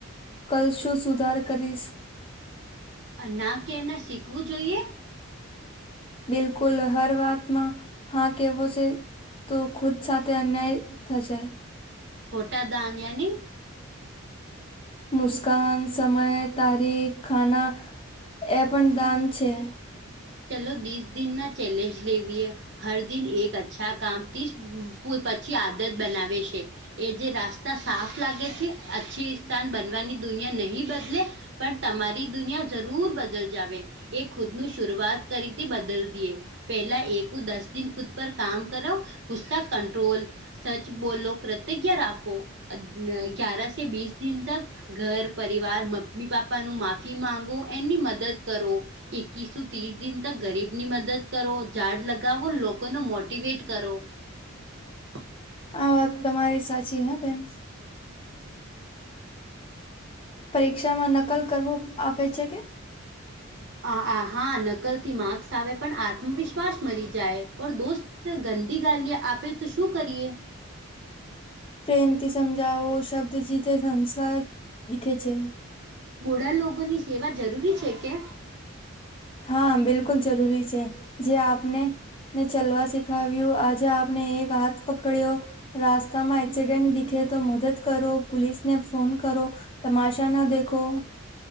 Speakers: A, on the left; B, on the right.
A: કલ શું સુધાર કરીશ
B: ના કે એના શીખવું જોઈએ
A: બિલકુલ હર વાતમાં હા કેવો છે. તો ખુદ સાથે અન્યાય થશે
B: છોટા દાન યાની
A: મુસ્કાન સમય તારીખ ખાના એ પણ દાન છે.
B: ચલો દીસ દિન ના ચેલેન્જ લેવીએ હર દિન એક અચ્છા કામથી પછી આદત બનાવે છે. એ જે રાસ્તા સાફ લાગે છે. અચ્છી સ્થાન બનવાની દુનિયા નહીિ બદલે પણ તમારી દુનિયા જરૂર બદલ જાવ એ ખુદનું શરૂઆત કરી હતી બદલ દએ પેલા એકું દસ દિન ખુદ પર કામ કરો ગુસ્તા કંટ્રોલ સચ બોલો કૃતજ્ઞ રાખો ગ્યારા સ બીસ દિન તક ઘર પરિવાર મમ્મી પાપાનું માફી માંગો એની મદદ કરો એકસ ત્રીસ દિન તક ગરીબ ની મદદ કરો ઝાડ લગાવો લોકોનો મોટવેટ કરો <inaudible>
A: આ વાત તમારી સાચી હા બેન પરીક્ષામાં નકલ કરવું આપે છે. કે
B: આ હા નકલથી માર્ક્સ આવે પણ આત્મવિશ્વાસ મરી જાય પણ દોસ્ત ગંદી ગાલીએ આપે તો શું કરીએ
A: પ્રેમથી સમજાાવો શબ્દ જ તે સંસ્કાર લીખે છે.
B: બુઢા લોકો ની સેવા જરૂરી છે કે.
A: હા બિલકુલ જરૂરી છે જે આપને. ને ચલવા શીખાવ્યું આજે આપને એક હાથ પકડ્યો. રાસ્તામાં એક્સિડેન્ટ દીખે તો મદદ કરો પોલીસને ફોન કરો. તમાશા ના દેખો.